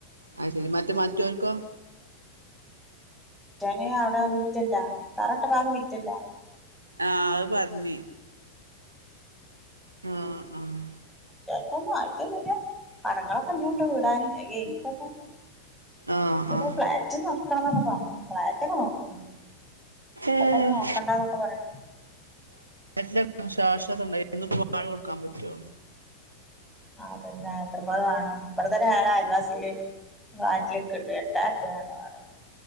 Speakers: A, on the right; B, in the centre.
A: അയ് ശരി മറ്റ് മറ്റോല്ക്കോ
B: റ്റോന് അവടെ മിറ്റല്ലാ തറട്ടഭാഗം മിറ്റല്ലാ
A: ആഹ് അഹ് പറഞ്ഞ് ആഹ് ആഹ്
B: ചെലപ്പം ഒന്നും ആയിട്ടൊന്നുല്ല. കടങ്ങളൊക്കെ ഇഞ്ഞുണ്ട് വിടാന് അഹ് കഴിഞ്ഞിട്ടൊക്കെ
A: ആഹ്
B: <unintelligible>
A: ആഹ്
B: ഫ്ളാറ്റ് നോക്കാന്നൊക്കെ പറഞ്ഞ് ഫ്ളാറ്റൊക്കെ നോക്കിണ് ഇപ്പ
A: ഏഹ്
B: തന്നെ നോക്കണ്ടന്നൊക്കെ പറഞ്ഞ്
A: എല്ലും ശാശ്വതണ്ടായി ഇന്ന്പ്പം <unintelligible> കൊടുക്കാൻ പറ്റോ
B: ആഹ് അതന്നെ എത്രപോലെ വാണം ഇവിടെ തന്നെ ഞാന അയൽവാസിയില് വാറ്റിലിക്കണ്ട് എട്ടായിര ഉർപ്പിയ ആണ വാടാ